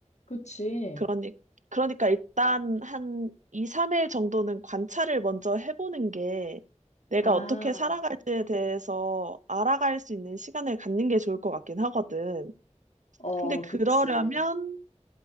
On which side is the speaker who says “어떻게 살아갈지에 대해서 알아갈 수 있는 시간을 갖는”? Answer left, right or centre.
Right